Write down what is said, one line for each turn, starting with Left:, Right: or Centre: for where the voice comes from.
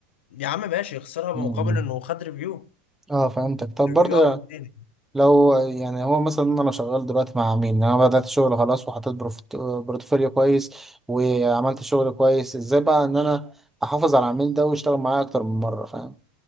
Left: يا عم ماشي يخسرها
Centre: مم.
Left: بمقابل انه خد ريفيو
Centre: اه فهمتك طب
Left: ريفيو
Centre: برضو
Left: او اتنين
Centre: لو يعني هو مثلا انا لو شغال دلوقتي مع مين انا بدأت شغل خلاص وحطيت بروفت- بورتفوليو كويس وعملت شغل كويس ازاي بقى ان انا احافظ على العميل ده ويشتغل معايا اكتر من مرة فاهم